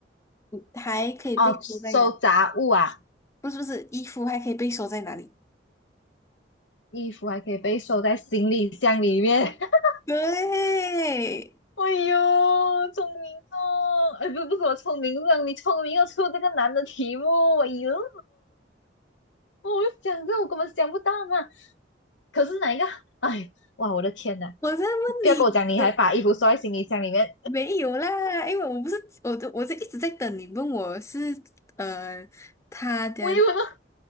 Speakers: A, on the left; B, on the left.
A: 还可以被收在哪？
B: 哦，收杂物啊，
A: 不是，不是，衣服还可以被收在哪里？
B: 衣服还可以被收在行李箱里面。<laughs>
A: 对，
B: 哎呦，聪明哦！哎，不不是我聪明让你聪明又出这个难的题目。哎呦，哦我想这我根本想不到嘛。可是哪一个？哎，哇，我的天呐！
A: 我在问你，
B: 不要跟我讲你还把衣服收在行李箱里面，
A: 的。没有啦，因为我不是我都我是一直在等你问我是呃他的
B: 我以为我都